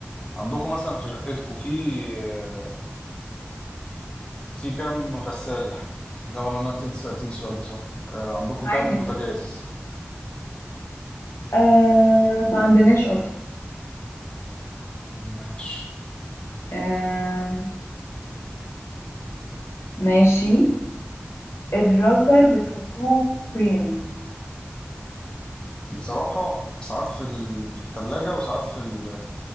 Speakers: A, on the left; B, on the left.
A: عندكم مثلا في شقتكم في آه، في كام غسالة؟ ده ولا انا انت سألتني السؤال ده صح آه... عندكم
B: عادي
A: كام بوتاجاز؟
B: أم... ما عندناش أصلا
A: ماشي
B: أم... ماشي الراوتر بتحطوه فين؟
A: بصراحة ساعات في ال... في التلاجة وساعات في ال...